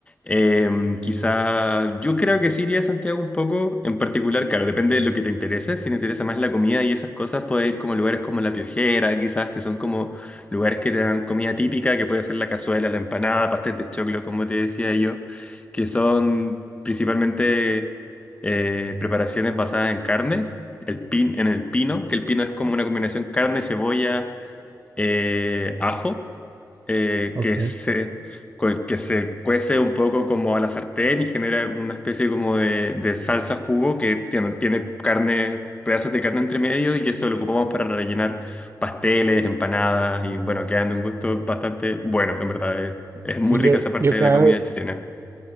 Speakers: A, on the left; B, on the right.
A: Em, quizá yo creo que sí iría a Santiago un poco, en particular, claro, depende de lo que te interese. Si te interesa más la comida y esas cosas, puedes ir como lugares como La Piojera, quizás que son como lugares que te dan comida típica, que puede ser la cazuela, la empanada, pastel de choclo, como te decía yo, que son principalmente eh, preparaciones basadas en carne, el pin, en el pino, que el pino es como una combinación carne, cebolla eh, ajo, eh,
B: Ok.
A: que se, co- que se cuece un poco como a la sartén y genera una especie como de, de salsa jugo que tiene, tiene carne, pedazos de carne entre medio y eso lo ocupamos para rellenar pasteles, empanadas y bueno, quedan de un gusto bastante bueno, en verdad. Es, es
B: Sí,
A: muy rica
B: yo,
A: esa parte
B: yo
A: de
B: cada
A: la comida
B: vez,
A: chilena.